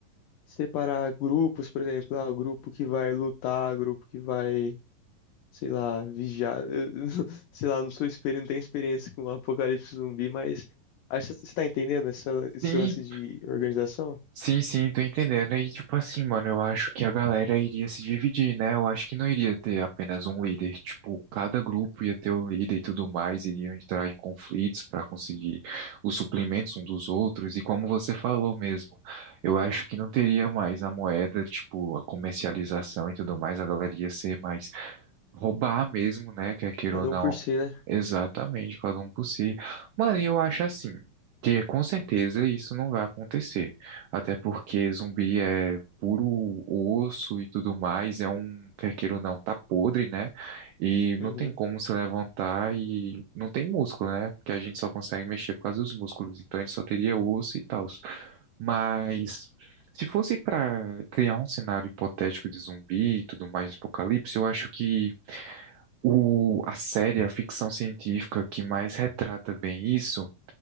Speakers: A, on the left; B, on the right.
A: separar grupos, por exemplo, ah, o grupo que vai lutar, grupo que vai, sei lá, vigiar. Eu- <laughs> sei lá, não sou experiente, não tenho experiência com apocalipse zumbi, mas acho que você tá entendendo essa- esse
B: Sim,
A: lance de organização?
B: Sim, sim, tô entendendo. E tipo assim, mano, eu acho que a galera iria se dividir, né? Eu acho que não iria ter apenas um líder. Tipo, cada grupo ia ter um líder e tudo mais, iriam entrar em conflitos para conseguir os suplementos um dos outros. E como você falou mesmo, eu acho que não teria mais a moeda, tipo, a comercialização e tudo mais, a galera ia ser mais Roubar mesmo, né? Quer queira
A: Cada
B: ou não.
A: um por si, né?
B: Exatamente, cada um por si. Mano, e eu acho assim, que com certeza isso não vai acontecer. Até porque zumbi é puro osso e tudo mais, é um, quer queira ou não, tá podre, né? E não
A: Uhum.
B: tem como se levantar e não tem músculo, né? Porque a gente só consegue mexer por causa dos músculos. Então ele só teria osso e tal. Mas. Se fosse para criar um cenário hipotético de zumbi e tudo mais, apocalipse, eu acho que o, a série, a ficção científica que mais retrata bem isso